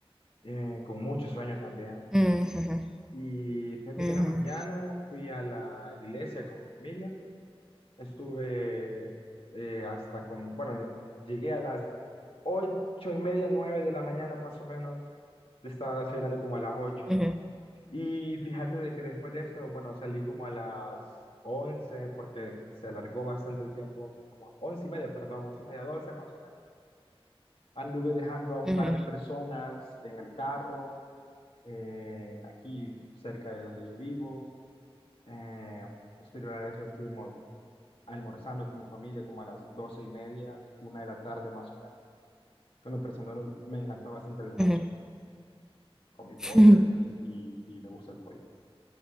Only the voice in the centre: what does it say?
Ujú,
ujú,
ujú,
ujú,
ujú.
ujú.